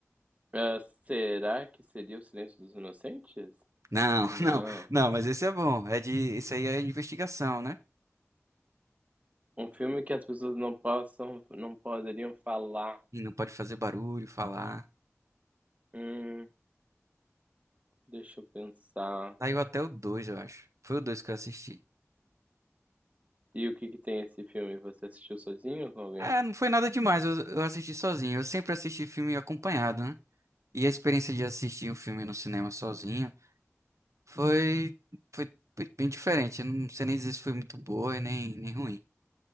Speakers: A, on the right; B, on the right.
A: Ah, será que seria O Silêncio dos Inocentes?
B: Não,
A: Não.
B: <laughs> não, não, mas esse é bom. É de. Esse aí é investigação, né?
A: Um filme que as pessoas não possam, não poderiam falar.
B: E não pode fazer barulho, falar.
A: Hum, deixa eu pensar.
B: Saiu até o dois eu acho. Foi o dois que eu assisti.
A: E o que que tem esse filme? Você assistiu sozinho ou com alguém?
B: É, não foi nada demais, eu, eu assisti sozinho. Eu sempre assisti filme acompanhado, né? E a experiência de assistir um filme no cinema sozinho. Foi, foi, foi bem diferente. Eu não sei nem dizer se foi muito boa e nem, nem ruim.